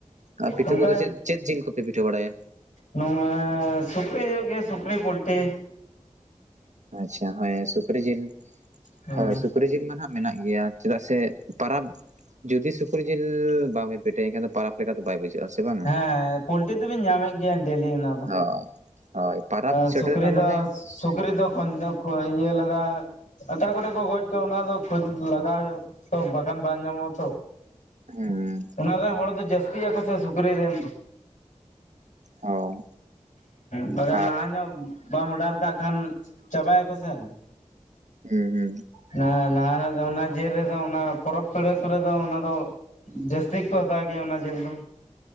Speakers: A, on the right; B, on the left.
A: ᱟᱨ ᱯᱤᱴᱷᱟᱹ
B: ᱚᱱᱠᱟ
A: ᱠᱚᱫᱚ ᱪᱮᱫ ᱪᱮᱫ ᱡᱤᱞ ᱠᱚᱯᱮ ᱯᱤᱴᱷᱟᱹ ᱵᱟᱲᱟᱭᱟ?
B: ᱱᱚᱣᱟ ᱥᱩᱠᱨᱤ ᱦᱳᱭᱳᱜ ᱜᱮᱭᱟ, ᱥᱩᱠᱨᱤ ᱯᱳᱞᱴᱤ᱾
A: ᱟᱪᱪᱷᱟ ᱦᱚᱭ ᱥᱩᱠᱨᱤ ᱡᱤᱞ,
B: ᱦᱮᱸ
A: ᱦᱳᱭ ᱥᱩᱠᱨᱤ ᱡᱤᱞ ᱢᱟ ᱱᱟᱦᱟᱜ ᱢᱮᱱᱟᱜ ᱜᱮᱭᱟ᱾ ᱪᱮᱫᱟᱜ ᱥᱮ ᱯᱟᱨᱟᱵᱽ ᱡᱩᱫᱤ ᱥᱩᱠᱨᱤ ᱡᱤᱞ ᱵᱟᱵᱮ ᱯᱤᱮᱴᱷᱟᱭᱟ, ᱮᱱᱠᱷᱟᱱ ᱯᱟᱨᱟᱵᱽ ᱞᱮᱠᱟ ᱫᱚ ᱵᱟᱭ ᱵᱩᱡᱷᱟᱹᱜᱼᱟ᱾ ᱥᱮ ᱵᱟᱝᱟ
B: ᱦᱮᱸ ᱯᱳᱞᱴᱤ ᱫᱚᱵᱤᱱ ᱧᱟᱢᱮᱫ ᱜᱮᱭᱟ ᱰᱮᱞᱤ ᱚᱱᱟ ᱫᱚ᱾
A: ᱦᱳᱭ, ᱦᱳᱭ ᱯᱟᱨᱟᱵᱽ
B: ᱥᱩᱠᱨᱤ
A: ᱥᱮᱴᱮ ᱨᱮᱱᱟ
B: ᱫᱚ
A: ᱢᱟᱱᱮ
B: ᱥᱩᱠᱨᱤ ᱫᱚ ᱠᱷᱚᱱᱫᱚᱜ ᱠᱩᱟᱭ ᱤᱭᱟᱹ ᱞᱟᱜᱟ ᱟᱠᱟ ᱠᱚᱨᱮ ᱠᱚ ᱜᱚᱡ ᱠᱚ ᱚᱱᱟ ᱫᱚ ᱠᱷᱚᱡ ᱞᱟᱜᱟᱣ ᱦᱳᱭᱳᱜᱼᱟ ᱛᱚ, ᱵᱟᱠᱷᱟᱱ ᱵᱟᱝ ᱧᱟᱢᱚᱜᱼᱟ ᱛᱚ᱾
A: ᱦᱩᱸ,
B: ᱚᱱᱟ ᱨᱮ ᱦᱚᱲ ᱫᱚ ᱡᱟᱹᱥᱛᱤᱭᱟᱠᱚ ᱥᱮ ᱥᱩᱠᱨᱤ ᱨᱮᱱ ᱫᱚ᱾
A: ᱦᱳᱭ
B: ᱵᱟᱠᱷᱟᱱ
A: <inaudible>
B: ᱞᱟᱦᱟ ᱧᱚᱜ ᱵᱟᱢ ᱚᱰᱟᱨ ᱠᱟᱜ ᱠᱷᱟᱱ ᱪᱟᱵᱟᱭᱟᱠᱚ ᱥᱮ
A: ᱦᱩᱸ ᱦᱩᱸ
B: ᱚᱱᱟ ᱱᱟᱣᱟᱱᱟᱜ ᱫᱚ ᱚᱱᱟ ᱡᱮᱞ ᱨᱮᱫᱚ ᱚᱱᱟ ᱯᱚᱨᱚᱵᱽ ᱯᱟᱹᱲᱦᱟᱹ ᱠᱚᱨᱮ ᱫᱚ ᱚᱱᱟ ᱫᱚ ᱡᱟᱹᱥᱛᱤ ᱜᱮᱠᱚ ᱦᱟᱛᱟᱣ ᱜᱮᱭᱟ ᱚᱱᱟ ᱡᱮᱞ ᱫᱚ᱾